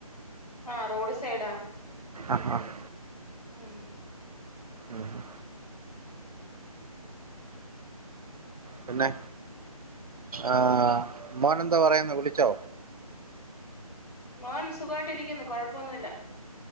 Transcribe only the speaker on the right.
ആഹ് ആഹ്
ഉം ഉം പിന്നെ ആഹ് മോന് എന്തോ പറയ്ന്ന് വിളിച്ചോ